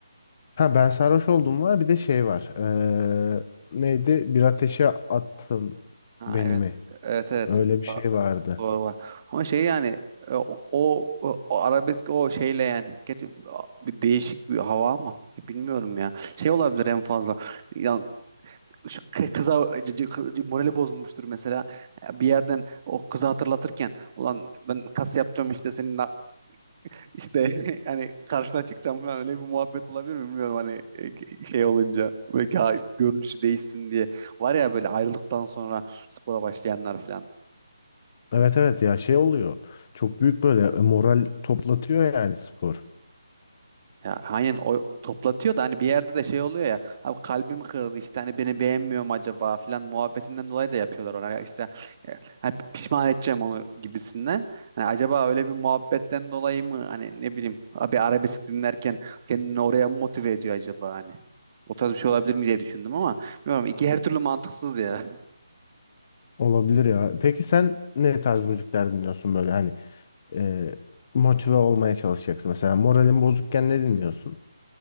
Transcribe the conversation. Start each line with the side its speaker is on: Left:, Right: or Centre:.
Left: ha ben sarhoş oldum var bir de şey var. Ee, neydi? Bir ateşe attın
Right: Ha
Left: beni
Right: evet.
Left: mi?
Right: Evet evet.
Left: Öyle bir şey vardı.
Right: Doğru var. Ama şey yani e, o, o, o arabesk o şeyle yani gerçi bir değişik bir hava ama ya bilmiyorum ya. Şey olabilir en fazla. Yani şu kı- kıza c- c- kı- morali bozulmuştur mesela. E, Bir yerden o kızı hatırlatırken ulan ben kas yapacağım işte senin a- işte <laughs> hani karşına çıkacağım falan öyle bir muhabbet olabilir mi bilmiyorum hani e, şey olunca böyle ga- görünüşü değişsin diye. Var ya böyle ayrılıktan sonra spora başlayanlar falan.
Left: Evet evet ya şey oluyor. Çok büyük böyle e, moral toplatıyor yani spor.
Right: Ya aynen o toplatıyor da hani bir yerde de şey oluyor ya abi kalbimi kırdı işte hani beni beğenmiyor mu acaba filan muhabbetinden dolayı da yapıyorlar ona Ya işte e, hani pişman edeceğim onu gibisinden. Hani acaba öyle bir muhabbetten dolayı mı hani ne bileyim abi arabesk dinlerken kendini oraya mı motive ediyor acaba hani. O tarz bir şey olabilir mi diye düşündüm ama bilmiyorum iki her türlü mantıksız ya.
Left: Olabilir ya. Peki sen ne tarz müzikler dinliyorsun böyle hani e, motive olmaya çalışacaksın. Mesela moralin bozukken ne dinliyorsun?